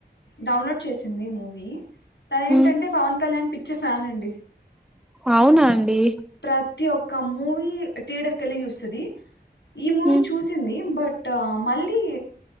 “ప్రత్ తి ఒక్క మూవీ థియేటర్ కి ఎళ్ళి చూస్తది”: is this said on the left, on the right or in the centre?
Left